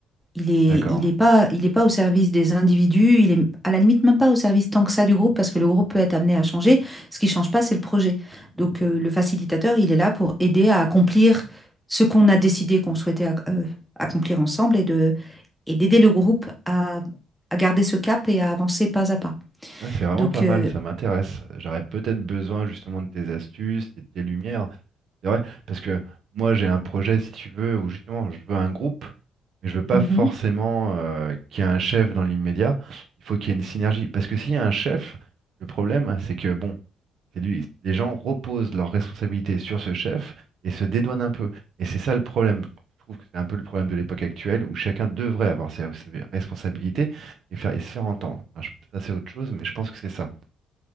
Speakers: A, in the centre; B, on the right (about 50°).
A: Il est,
B: D'accord.
A: il est pas, il est pas au service des individus. Il est à la limite même pas au service tant que ça du groupe parce que le groupe peut être amené à changer. Ce qui ne change pas, c'est le projet. Donc euh, le facilitateur, il est là pour aider à accomplir ce qu'on a décidé qu'on souhaitait ac- euh, accomplir ensemble et de, et d'aider le groupe à, à garder ce cap et à avancer pas à pas.
B: Ah, c'est vraiment
A: Donc
B: pas
A: euh,
B: mal, ça m'intéresse. J'aurais peut-être besoin justement de tes astuces et de tes lumières. C'est vrai, parce que moi j'ai un projet, si tu veux, où justement je veux un groupe, mais je veux pas
A: mhm.
B: forcément euh, qu'il y ait un chef dans l'immédiat. Il faut qu'il y ait une synergie. Parce que s'il y a un chef, le problème, c'est que bon, c'est lui. Les gens reposent leurs responsabilités sur ce chef et se dédouanent un peu. Et c'est ça le problème. Je trouve que c'est un peu le problème de l'époque actuelle où chacun devrait avoir ses, ses responsabilités et faire, et se faire entendre. Enfin, je- ça, c'est autre chose, mais je pense que c'est ça.